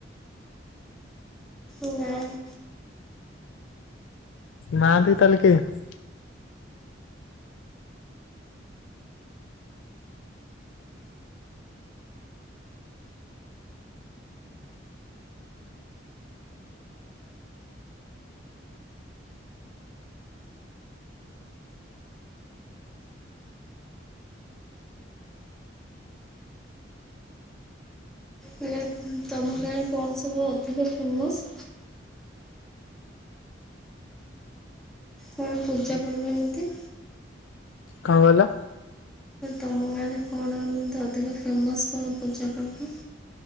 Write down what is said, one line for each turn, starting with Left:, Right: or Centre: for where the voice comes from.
Centre: ନାହିଁ।
Left: ନାହାନ୍ତି ତାହେଲେ କେହି?
Centre: ହେଲେ ତମ ଗାଁରେ କଣ ସବୁ ଅଧିକ ଫେମସ୍? କଣ ପୂଜା ପର୍ବ ଏମିତି?
Left: କଣ କହିଲ?
Centre: ତମ ଗାଁରେ କଣ ଏତି ଅଧିକା ଫେମସ୍ କଣ ପୂଜା ପର୍ବ?